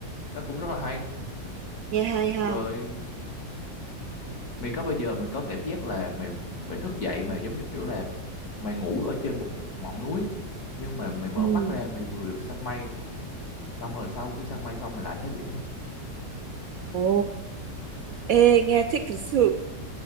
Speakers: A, on the left; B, on the right.
A: nó cũng rất là hay
B: nghe hay ha
A: rồi mày có bao giờ mày có cảm giác là mày mày thức dậy mà giống như kiểu là mày ngủ ở trên một ngọn núi nhưng mà mày mở
B: ừ
A: mắt ra mày vừa được săn mây xong rồi sau khi săn mây xong mày lại thấy biển không
B: ồ Ê, nghe thích thực sự.